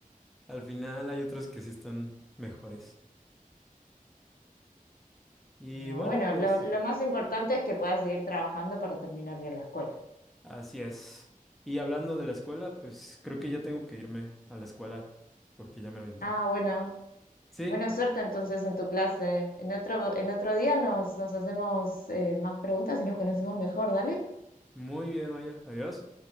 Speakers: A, in the centre; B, on the left.
A: Al final hay otros que sí están mejores. Y
B: Digo,
A: bueno,
B: bueno,
A: pues
B: lo, lo más importante es que puedas seguir trabajando para terminar bien la escuela.
A: así es. Y hablando de la escuela, pues creo que ya tengo que irme a la escuela porque ya me lo entró.
B: Ah, bueno,
A: Sí,
B: Buena suerte entonces en tu clase. En otro, en otro día nos, nos hacemos eh, más preguntas y nos conocemos mejor, dale.
A: muy bien, Maya. Adiós.